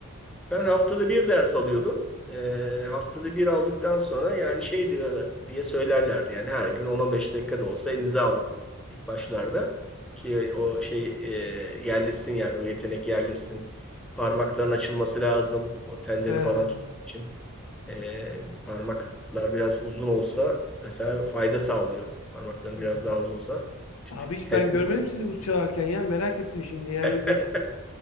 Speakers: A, in the centre; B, on the left.
A: Ben haftada bir ders alıyordum. Ee, haftada bir aldıktan sonra yani şey diyor diye söylerlerdi. Yani her gün on on beş dakika da olsa elinize alın ilk başlarda. Ki o şey e, yerleşsin yani o yetenek yerleşsin. Parmakların açılması lazım. O telleri
B: He,
A: falan tutmak için. Ee, parmaklar biraz uzun olsa mesela fayda sağlıyor. Parmakların
B: he.
A: biraz daha uzunsa. Bu tip
B: Abi hiç
A: tel.
B: ben görmedim sizi uç çalarken ya merak ettim şimdi yani
A: <laughs>
B: bir